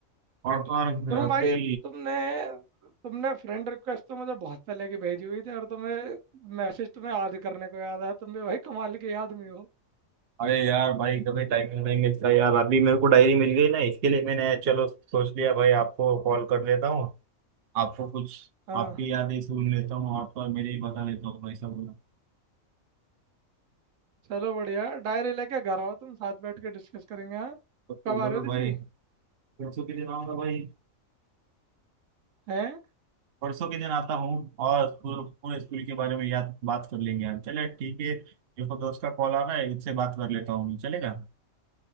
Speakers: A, on the right; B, on the right.
A: और तो और
B: तुम
A: अभी
B: भाई तुमने तुमने फ्रेंड रिक्वेस्ट तो मुझे बहुत पहले की भेजी हुई थी और तुम्हें मैसेज तुम्हें याद करने को याद आया तुम भी भाई कमाल के याद में हो
A: अरे यार भाई कभी टाइम नहीं मिलता यार अभी मेरे को डायरी मिल गई ना इसके लिए मैंने चलो सोच लिया भाई आपको कॉल कर लेता हूँ आपको कुछ
B: हाँ
A: आपकी यादें सुन लेता हूँ और तो और मेरे ही बता लेता हूँ भाई सब
B: चलो बढ़िया डायरी लेके घर आओ तुम साथ बैठ के डिस्कस करेंगे हाँ
A: तो
B: कब
A: जरूर
B: आ रहे हो
A: भाई
B: दिल्ली
A: परसों के दिन आऊंगा भाई
B: हैं
A: परसों के दिन आता हूँ और पूरे पूरे स्कूल के बारे में याद बात कर लेंगे हम चले ठीक है देखो दोस्त का कॉल आ रहा है इससे बात कर लेता हूँ चलेगा